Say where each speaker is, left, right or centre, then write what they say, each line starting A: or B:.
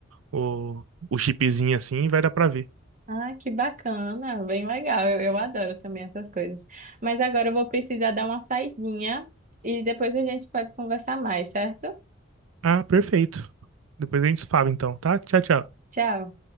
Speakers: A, on the right; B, on the right.
A: o, o chipzinho assim e vai dar pra ver.
B: Ah, que bacana, bem legal. Eu, eu adoro também essas coisas. Mas agora eu vou precisar dar uma saidinha e depois a gente pode conversar mais, certo?
A: Ah, perfeito. Depois a gente se fala então, tá? Tchau, tchau.
B: Tchau.